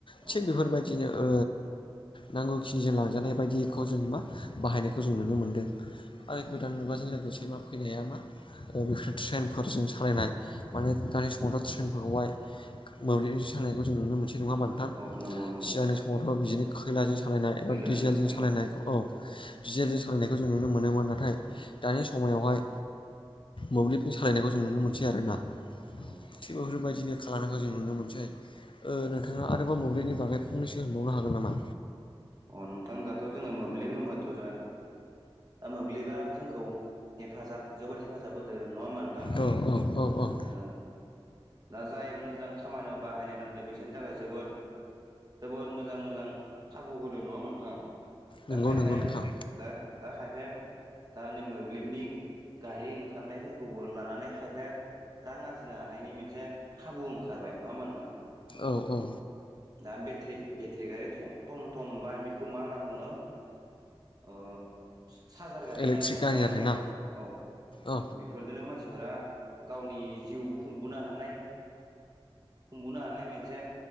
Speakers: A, on the right (about 40°); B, on the left (about 60°).
A: औ
B: थिग बेफोर
A: नंगौ
B: बायदि ओ नांगौखिनिजों लांजानाय बायदिखौ जों मा बाहायनायखौ जों नुनो मोनदों। आरो
A: औ
B: गोदान मुगाजों लोगोसे मा फैनाया मा बेफोर ट्रेनफोर जों सा सालायनाय माने दानि समावथ' ट्रेनफोरखौहाय मोब्लिजों सालनायखौ जों नुनो मोनसै नङा नोंथां?
A: औ नंगौ नंगौ
B: सिगांनि समावथ' बिदिनो खैलाजों सालायनाय एबा
A: खैलाजों
B: डिजेलजों
A: औ
B: सालायनाय औ दिजेलजों सालायनायखौ जों नुनो मोनोमोन नाथाय दानि समायावहाय मोब्लिबनि सालायनायखौ जों नुनो मोनसै आरोना।
A: नंगौ नंगौ।
B: थिग <unintelligible> बेफोरबायदिनो खालामनायखौ जों नुनो मोनसै। ओ नोंथाङा आरोबाव मोब्लिबनि बागै फंनैसो होनबावनो हागोन नामा?
A: अ नोंथां दाथ' जोङो मोब्लिब होनबाथ' जोंहा दा मोब्लिबा जोंखौ हेफाजाब जोबोद हेफाजाब होदो नङा होमबा नोंथां?
B: औ औ औ औ
A: ओ। दा जाय मोजां खामानियाव बाहायनो रोनदों बिसोरनि थाखाय जोबोद जोबोद मोजां मोजां खाबु होदो नङा होमबा नोंथां? दा
B: नंगौ
A: खायफाया
B: नंगौ नोंथां
A: दा दा खायफाया दा नै मोब्लिबनि गारि ओंखारनायफोरखौबो लानानै खायफाया रां आरजिनो हानायनि मोनसे खाबु ओंखारबाय नङा होमबा नोंथां?
B: औ औ।
A: दा बेट्रि बेट्रि गारि थटम थम बा बेखौ मा होनना बुङो अ सारजार गारि
B: इलेक्ट्रिक
A: होनना बुङो
B: गारि
A: नङा होनबा
B: आरोना
A: नोंथां? औ।
B: औ
A: बेफोरजोंनो मानसिफोरा गावनि जिउ खुंबोनो हानाय खुंबोनो हानाय मोनसे